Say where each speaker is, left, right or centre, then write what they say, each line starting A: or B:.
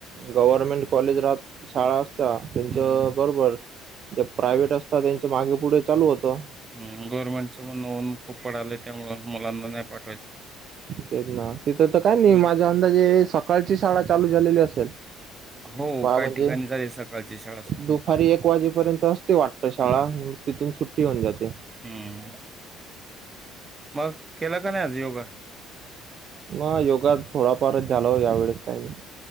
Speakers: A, on the right; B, on the right.
A: गव्हर्मेंट कॉलेज राह शाळा असत त्यांच्या
B: हम्म
A: बरोबर ज प्रायव्हेट असत त्यांच मागे पुढे चालू होतं
B: हम गव्हर्नमेंटच मण नोन खूप पडाले त्यामु मुलांना नाही पा
A: तेच ना तिथं तर काय नाही
B: हम्म
A: माझ्या अंदाजे सकाळची शाळा चालू झालेली असते बाबा
B: हो काही
A: म्हणजे
B: ठिकाणी झाली सकाळची शाळा सुरू
A: दुपारी एक वाजेपर्यंत असते वाटत शाळा तिथून सुट्टी होऊन जाते
B: हम्म मग केला का नाही आज योगा
A: मग योगा थोडाफारच झाला या वेळेस काही नाही